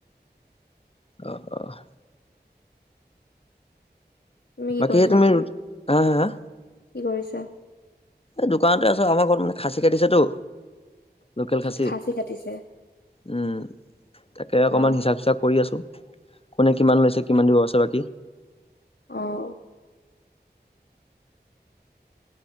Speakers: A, on the left (about 35°); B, on the left (about 80°).
A: অহ - অহ
B: তুমি কি
A: বাকীহে
B: কৰিছা
A: তুমি
B: এতিয়া?
A: ৰুদ হা-হা
B: কি কৰিছা?
A: এ'দোকানতে আছো। আমাৰ ঘৰত মানে খাচী কাটিছেটো। লোকেল
B: কি
A: খাচী।
B: কাটিছে?
A: উম, তাকে অকমান
B: অ',
A: হিচাপ- ছিছাপ কৰি আছো। কোনে কিমান লৈছে কিমান দিব আছে বাকী?
B: অঁ।